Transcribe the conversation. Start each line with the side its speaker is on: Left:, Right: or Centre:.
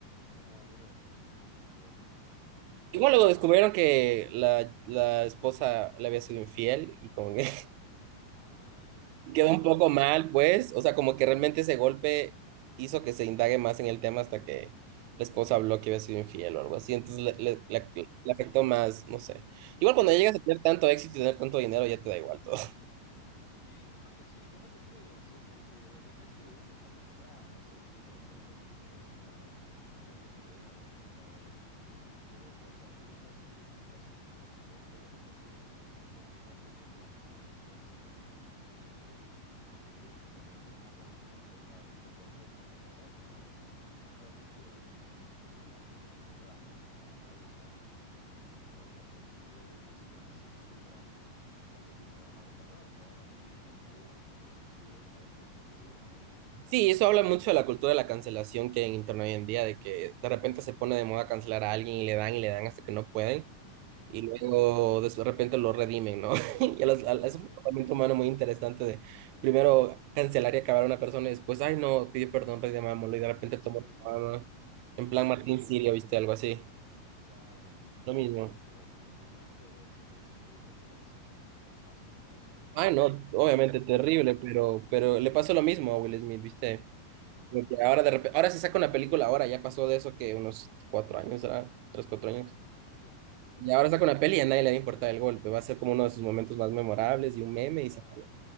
Left: cómo obró en ese momento él. No,
Right: Igual
Left: no,
Right: luego
Left: no
Right: descubrieron
Left: sé.
Right: que la, la esposa le había sido infiel y con <laughs>
Left: Ah, por
Right: Quedó
Left: ahí, claro,
Right: un poco
Left: por
Right: mal,
Left: eso.
Right: pues, o sea, como que realmente ese golpe hizo que se indague más en el tema hasta que la esposa habló que había sido infiel o algo así, entonces le, le- le-
Left: Ah,
Right: le afectó más, no sé. Igual cuando llegas
Left: claro.
Right: a tener tanto éxito y tener tanto dinero, ya te da igual todo. <laughs>
Left: Y capaz que sí, pero no te creas, ¿eh? Porque de repente uno está acostumbrado a ser exitoso y a tener dinero. O sea, yo creo que eso le debe haber afectado a él. Nosotros, o sea, yo, yo a veces también pienso así, como decís vos, pero de repente, porque no tenemos eh, su éxito y su, su dinero, es que creemos que cuando lo tengamos nos va a importar poco el resto, pero la verdad es que no. En- en- eventualmente los seres humanos nos acostumbramos a, a eso y un problema como el que tuvo él, que encima censuran cuánto tiempo ha- habrá tardado en grabar la película y todo, y que se lo censuren, habrá sido un golpe duro para él, creo yo.
Right: Sí, eso habla mucho de la cultura de la cancelación que hay en internet hoy en día, de que de repente se pone de moda cancelar a alguien y le dan y le dan hasta que no pueden.
Left: Claro.
Right: Y luego de repente lo redimen, ¿no? <laughs> Y a las- a-
Left: Sí,
Right: es un comportamiento humano muy interesante de primero cancelar y acabar a una persona y después, ay no, pidió perdón, redimámoslo y de repente
Left: sí,
Right: tomó la mano. En
Left: sí,
Right: plan Martín
Left: sí, sí.
Right: Sirio, ¿viste? Algo así.
Left: Claro, no,
Right: Lo
Left: no,
Right: mismo.
Left: sí, debe, pero, pero en el momento debe ser, debe ser duro, no debe ser fácil de atravesar, por más
Right: Ay
Left: que ya
Right: no, obviamente
Left: seas exitoso
Right: terrible,
Left: y todo.
Right: pero, pero le pasó lo mismo a Will Smith, ¿viste?
Left: Ajá,
Right: Como que Ahora de repente, ahora se saca una película, ahora ya pasó de eso que unos cuatro años, ¿será? Tres, cuatro años.
Left: sí, sí, creo que
Right: Y
Left: sí,
Right: ahora
Left: sí,
Right: saca
Left: sí.
Right: una peli y a nadie le va a importar el golpe. Va a ser como uno de sus momentos más memorables y un meme
Left: Claro,
Right: y se acabó.